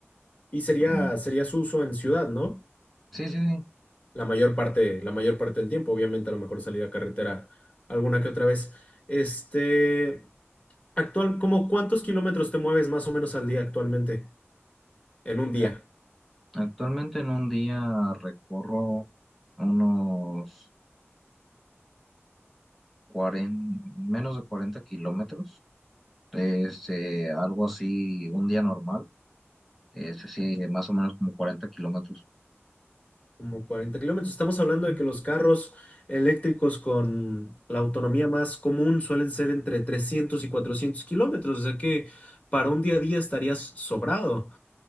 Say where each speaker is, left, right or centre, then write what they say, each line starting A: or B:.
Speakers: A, on the left (about 30°); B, in the centre.
A: Y sería,
B: Mm,
A: sería su uso en ciudad, ¿no?
B: sí, sí, sí.
A: La mayor parte, la mayor parte del tiempo, obviamente a lo mejor salir a carretera alguna que otra vez. Este. Actual, ¿cómo cuántos kilómetros te mueves más o menos al día actualmente? En un día,
B: Ac- actualmente en un día recorro unos 40, menos de 40 kilómetros. Este, algo así, un día normal. Este, sí, más o menos como 40 kilómetros.
A: como 40 kilómetros. Estamos hablando de que los carros eléctricos con la autonomía más común suelen ser entre 300 y 400 kilómetros, o sea que para un día a día estarías sobrado.